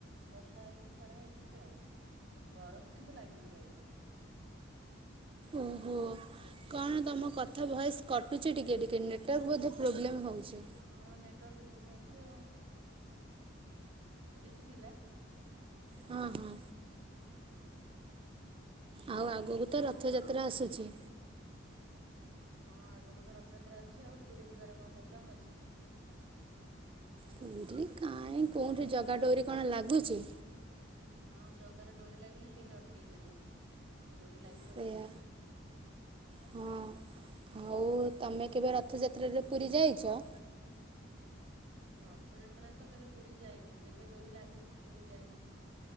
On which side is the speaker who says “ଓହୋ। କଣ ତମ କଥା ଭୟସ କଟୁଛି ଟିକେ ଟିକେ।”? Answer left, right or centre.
Right